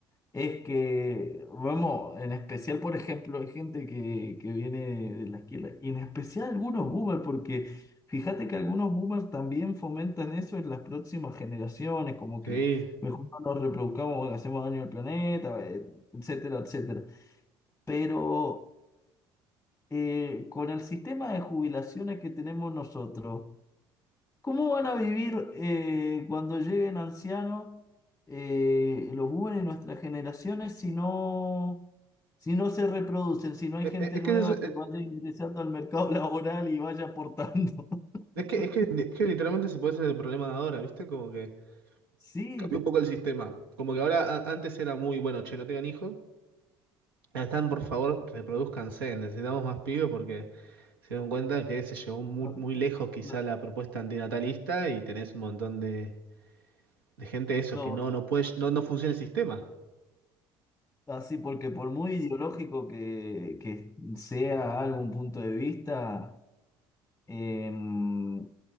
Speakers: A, on the left (about 15°); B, on the right (about 80°).
A: Es que, vamos, en especial, por ejemplo, hay gente que, que viene de la izquierda, y en especial algunos boomers, porque fíjate que algunos boomers también fomentan eso en las próximas generaciones, como que
B: Sí.
A: mejor no nos reproduzcamos, hacemos daño al planeta, eh, etcétera, etcétera. Pero eh, con el sistema de jubilaciones que tenemos nosotros, ¿Cómo van a vivir eh, cuando lleguen ancianos eh, los jóvenes de nuestras generaciones si no, si no se reproducen, si no hay
B: Es,
A: gente
B: es- es
A: nueva
B: que es,
A: que vaya ingresando al mercado <laughs> laboral y vaya aportando?
B: Es que,
A: <laughs>
B: es que, es que literalmente se puede hacer el problema de ahora, ¿viste? Como que
A: Sí,
B: cambió un poco el sistema. Como que ahora a- antes era muy, bueno, che, no tengan hijos. Ahora están, por favor, reproduzcanse. Necesitamos más pibes porque se dan cuenta que se llevó muy,
A: no,
B: muy lejos quizá
A: no,
B: la propuesta antinatalista y tenés un montón de, de gente eso
A: no,
B: que no, no puede, no, no funciona el sistema.
A: así porque por muy ideológico que, que sea algún punto de vista, em,